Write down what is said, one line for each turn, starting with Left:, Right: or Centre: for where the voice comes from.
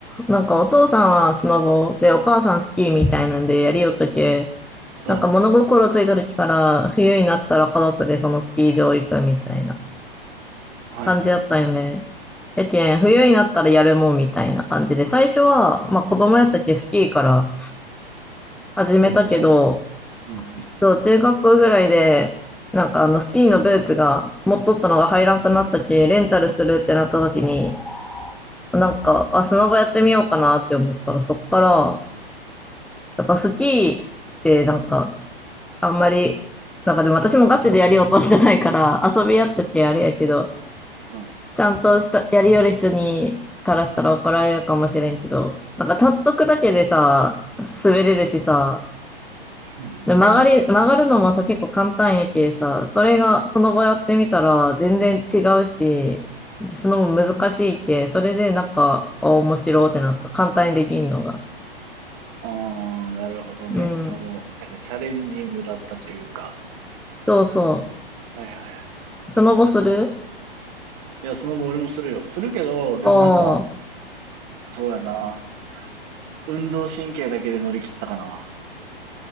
Centre: なんかお父さんはスノボでお母さんスキーみたいなんでやりよったけ、
Right: うん。
Centre: なんか物心ついた時から冬になったら家族でそのスキー場行くみたいな
Right: はいはい。
Centre: 感じやったよね。やけん、冬になったらやるもんみたいな感じで、最初は、まあ子供やったけスキーから始めたけど、
Right: そうね。うんうん。
Centre: そう、中学校ぐらいで、なんかあのスキーのブーツが持っとったのが入らんくなったけ、レンタルするってなった時に、なんか、あ、砂場やってみようかなって思ったら、そっから、やっぱスキーってなんか、あんまり、なんかでも私もガチでやりようとじゃないから、遊びやったけあれやけど、
Right: うん。うん。
Centre: ちゃんとした、やりよる人に、からしたら怒られるかもしれんけど、なんか立っとくだけでさ、滑れるしさ、
Right: うんまあまあまあ。
Centre: で曲がり、曲がるのもさ、結構簡単やけさ、それが、その場やってみたら、全然違うし、その分難しいけ、それでなんか、あ面白ってなった。簡単にできんのが。
Right: ああ、なるほどね。
Centre: うん。
Right: あ、もう、なんかチャレンジングだったというか。
Centre: そうそ
Right: はいはい。
Centre: う。スノボする
Right: いや、その後俺もするよ。するけど、でもなんか、
Centre: おー。
Right: そうやな。運動神経だけで乗り切ったかな。